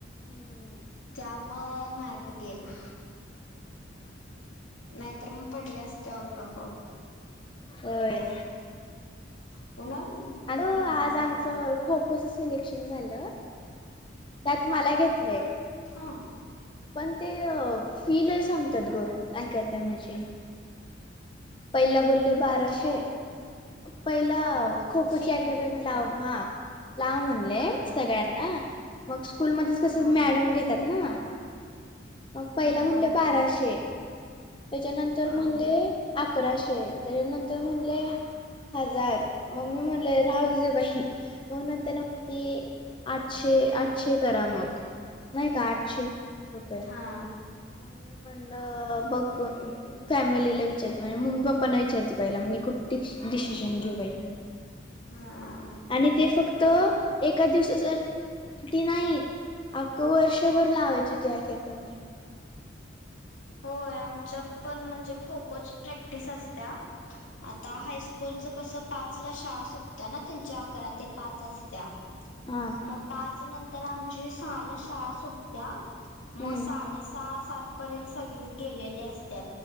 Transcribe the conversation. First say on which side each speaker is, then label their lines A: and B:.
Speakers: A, on the left; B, on the left.
A: हम्म.
B: त्यामुळ मार्क गेला. नाहीतर म पडले असते आउट ऑफ फोर.
A: व्हय.
B: <unintelligible>
A: आलो,
B: हा
A: आज आमचं खो खोचं सिलेक्शन झालं. त्यात मला घेतलय.
B: हां.
A: पण ते फी लय सांगतात ग. काय करताय म्हजे पहिला बोलले बाराशे,
B: काय
A: पहिला
B: हा
A: खो खोची
B: फी
A: अकॅडमी लाव. हां. लाव म्हणले
B: हा
A: सगळ्यांना, मग स्कूलमध्येच कस
B: हा
A: मॅडम घेत्यात ना पहिला
B: हा हा
A: म्हणले बाराशे, त्याच्यानंतर
B: हा
A: म्हणले अकराशे, त्याच्या नंतर म्हणले हजार मग मी म्हणले राहू दे बाई मग नंतरन ती आठशे आठशे करा मग, नाही का आठशे <unintelligible>
B: हां.
A: मी म्हणलं बघ. फॅमिलीला विचारत नाही. मूम्म पप्पाना विचारते पहिला, मी कुठ डिसिजन घेऊ बाई.
B: हा
A: आणि ते फक्त एका दिवसाच ती नाही. अख्ख वर्षभर लावायची ती अकॅडमी.
B: होय आमच्यात पण म्हणजे खो खोची प्रॅक्टिस असत्या, आता हायस्कू स्कूलचं कसं पाचला शाळा सुटत्या ना त्यांच्या अकरा ते पाच असत्या.
A: हा
B: मग पाच नंतर आमची सहाला शाळा सुटत्या.
A: हम्म
B: मग साडे सहा, सात पर्यंत सगळी गेलेले असत्यात,